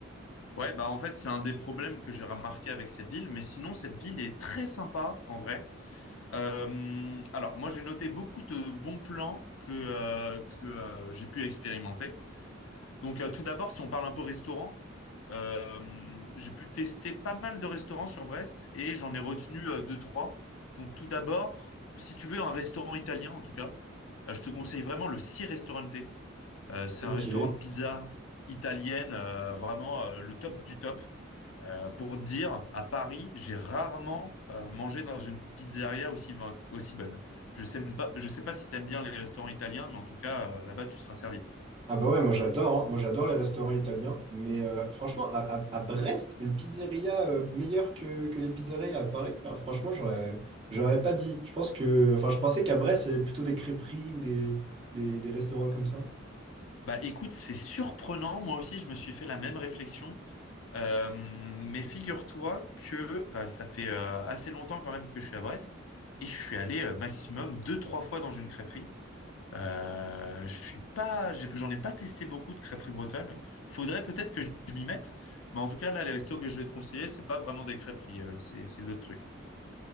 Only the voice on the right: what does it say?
Ok.
Ah bah ouais, moi j'adore, hein. Moi j'adore les restaurants italiens, mais euh, franchement, à, à- à Brest, une pizzeria euh, meilleure que, que les pizzerias à Paris, alors franchement, j'aurais, j'aurais pas dit. Je pense que, enfin, je pensais qu'à Brest, c'est plutôt des crêperies ou des, des, des restaurants comme ça.